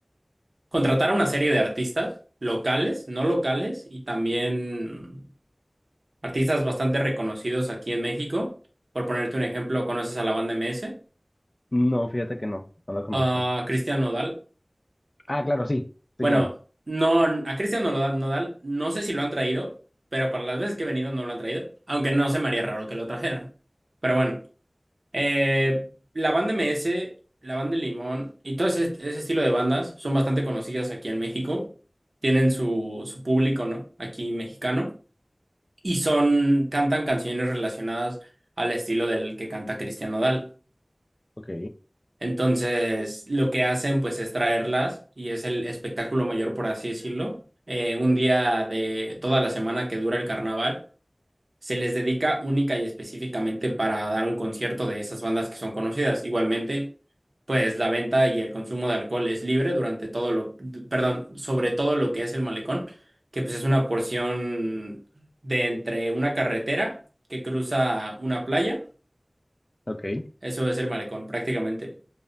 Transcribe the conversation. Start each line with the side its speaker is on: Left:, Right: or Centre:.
Right: contratar a una serie de artistas locales, no locales, y también artistas bastante reconocidos aquí en México. Por ponerte un ejemplo, ¿conoces a la banda MS?
Left: No, fíjate que no, no la conozco.
Right: A Cristian Nodal.
Left: Ah, claro, sí, sí,
Right: Bueno,
Left: claro.
Right: no, a Cristian Nodal, Nodal no sé si lo han traído, pero para las veces que he venido no lo han traído, aunque no se me haría raro que lo trajeran. Pero bueno. Eh, la banda M S la banda de Limón y todo ese, ese estilo de bandas son bastante conocidas aquí en México. Tienen su, su público, ¿no? Aquí mexicano. Y son, cantan canciones relacionadas al estilo del que canta Cristian Nodal.
Left: Ok,
Right: Entonces, lo que hacen, pues, es traerlas y es el espectáculo mayor, por así decirlo. Eh, un día de toda la semana que dura el carnaval se les dedica única y específicamente para dar un concierto de esas bandas que son conocidas. Igualmente, pues la venta y el consumo de alcohol es libre durante todo lo, d- perdón, sobre todo lo que es el malecón, que pues es una porción de entre una carretera que cruza una playa,
Left: ok. Eh,
Right: eso es el malecón prácticamente.